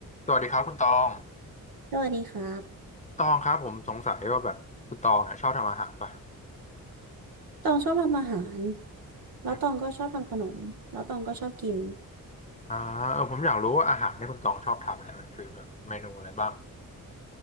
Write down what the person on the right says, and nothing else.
สวัสดีครับ
ตองชอบทำอาหารแล้วตองก็ชอบทำขนมแล้วตองก็ชอบกิน